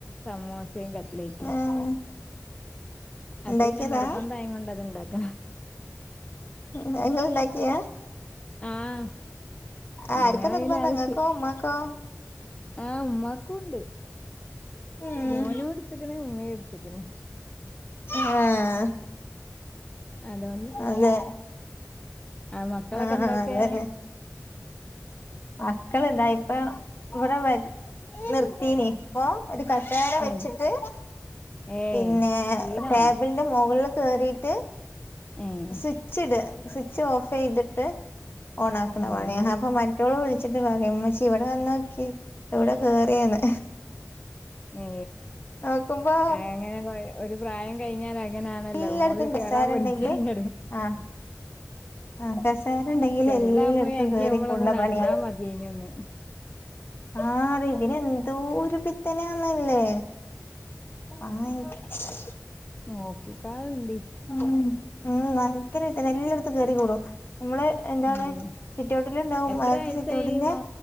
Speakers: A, on the left (about 20°); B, on the left (about 45°).
A: സമോസിം കട്ട്ലേറ്റും.
B: ആഹ് ഇണ്ടാക്കിയതാ
A: അത് പിന്നെ നിർബന്ധായ കൊണ്ട് അത്ണ്ടാക്ക.
B: ഉം അത്ങ്ങൾണ്ടാക്കിയാ
A: ആഹ്
B: ആർക്ക
A: ഞങ്ങള്
B: നിർബന്ധം
A: പിന്നെ അത്
B: ങ്ങക്കോ
A: ശീ
B: മ്മാക്കോ?
A: ആഹ് മ്മാക്കും ണ്ട്.
B: ഉം
A: മോനും ടുത്തക്കണ ഉമ്മയും ടുത്തക്കണ്.
B: ആഹ്
A: അതൊണ്ട്
B: അതെ
A: മക്കളൊക്കെ
B: ആഹ്
A: എന്താക്കാ
B: ആഹ് അതന്നെ. മക്കൾ എന്താ ഇപ്പ ഇവിടെ നിർത്തിനി പ്പൊ ഒരു കസേര വെച്ചിട്ട്
A: ഏഹ് ഏഹ്
B: പിന്നെ
A: വീണോ
B: ടേബിൾ ന്റെ മുകളിൽ കേയറിയിട്ട്
A: ഏഹ്
B: സ്വിച്ച് ഇട് സ്വിച്ച് ഓഫ് ചെയ്തിട്ട് ഓൺ ആക്കണ
A: ഏഹ്
B: പണിയ അപ്പൊ റ് വിളിച്ചിട്ട് പറയാ മ്മച്ചി ഇവിടെ വന്ന നോക്കി ഇവിടെ കേയറിയന്ന്
A: ഏ
B: നോക്കുമ്പോ
A: അങ്ങനെ ഒരു പ്രായം കഴിഞ്ഞാൽ അങ്ങനെയാണല്ലോ
B: എല്ലായിടത്തും
A: മുകളിൽ കയറാൻ
B: കസേര
A: പഠിച്ചാൽ
B: ഇണ്ടെങ്കില് ആ ആഹ് കസേര ഇണ്ടെങ്കിലെല്ലാടത്തും
A: ചെറുതാവുമ്പോഴായിരിക്കും
B: കേറി
A: നമ്മളൊന്ന്
B: കൂടണ
A: നടന്നാ
B: പണിയാ
A: മതിയേനൂന്ന്.
B: ആഹ് ഇതിന് എന്തോ ഒരു പിത്തനാല്ലേ ആയിച്ച്
A: നോക്കിക്കാൽണ്ടി
B: ഉം ഭയങ്കരായിട്ട് എല്ലടത്തും കേറിക്കൂടും. മ്മള് എന്താണ്
A: ഉം.
B: സിറ്റ്ഔട്ടില് ഇണ്ടാവും
A: എത്ര
B: മേലത്തെ
A: വയസ്സായി
B: സിറ്റ്ഔട്ടിന്റെ
A: മോ